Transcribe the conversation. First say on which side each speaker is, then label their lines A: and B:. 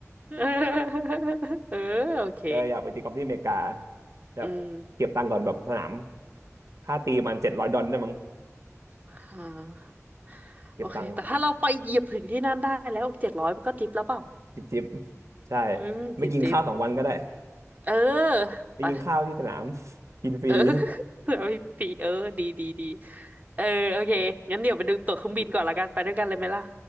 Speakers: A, on the right; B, on the right.
A: <laughs> เออเออโอเค
B: เอออยากไปตีกอล์ฟที่อเมริกาแบบเก็บตังค์ก่อนแบบสนาม
A: อืม
B: ค่าตีมันเจ็ดร้อยดอลลาร์ได้มั้ง
A: อ่า
B: เก็บตังค์
A: โอเคแต่ถ้าเราไปเหยียบถึงที่นั่นได้แล้วเจ็ดร้อยมันก็ทิปแล้วเปล่า
B: จิบจิบใช่
A: อืมจิบจิบ
B: ไม่กินข้าวสองวันก็ได้
A: เออ
B: ไปกินข้าวที่สนาม
A: ไป
B: <laughs> กินฟรี
A: เออ
B: <laughs>
A: <laughs> แล้วพี่ปีเออดีดีดีเออโอเคงั้นเดี๋ยวไปดูตั๋วเครื่องบินก่อนละกันไปด้วยกันเลยไหมล่ะ